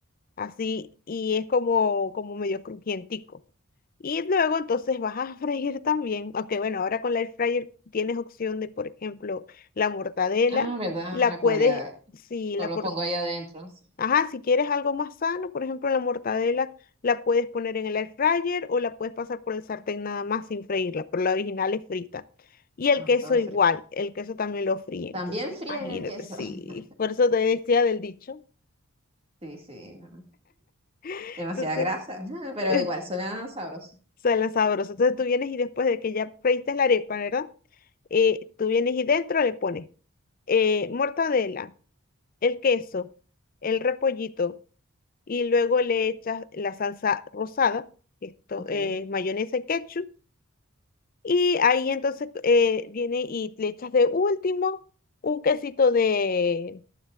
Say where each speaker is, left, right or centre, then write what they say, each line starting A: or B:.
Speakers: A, on the left (about 40°); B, on the right (about 25°).
A: así, y es como, como medio crujientico. Y luego entonces vas a freír también, aunque bueno, ahora con la air fryer tienes opción de, por ejemplo, la mortadela,
B: Ah, ¿verdad?
A: la
B: La podría...
A: puedes, si
B: Todo
A: la
B: lo
A: por-
B: pongo ahí adentro. sí.
A: ajá, si quieres algo más sano, por ejemplo, la mortadela la puedes poner en el air fryer o la puedes pasar por el sartén nada más sin freírla, pero la original es frita. Y el
B: Ah,
A: queso
B: todo
A: igual,
B: frito.
A: el queso también lo fríe,
B: También
A: entonces imagínate,
B: fríen el queso.
A: sí,
B: <laughs>
A: por eso te decía del dicho.
B: Sí, sí. no.
A: <laughs>
B: demasiada
A: Entonces,
B: grasa, <laughs> pero
A: eh,
B: igual suena sabroso.
A: Suena sabroso. Entonces tú vienes y después de que ya freíste la arepa, ¿verdad? Eh, tú vienes y dentro le pones eh, mortadela, el queso, el repollito y luego le echas la salsa rosada, esto,
B: Ok,
A: eh, mayonesa y ketchup. Y ahí entonces eh, viene y le echas de último un quesito de,